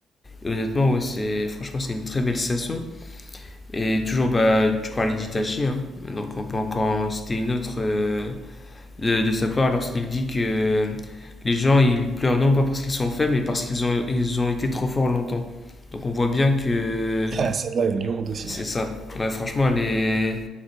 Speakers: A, on the left; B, on the right.
A: et honnêtement, ouais, c'est, franchement, c'est une très belle sensation. Et toujours, bah, tu parlais d'Itachi, hein. donc on peut encore en citer une autre euh, de, de sa part lorsqu'il dit que les gens, ils pleurent non pas parce qu'ils sont faibles, mais parce qu'ils ont, ils ont été trop forts longtemps. Donc on voit bien que
B: Ah, Celle-là, elle est lourde aussi.
A: c'est ça. Ouais, franchement, elle est,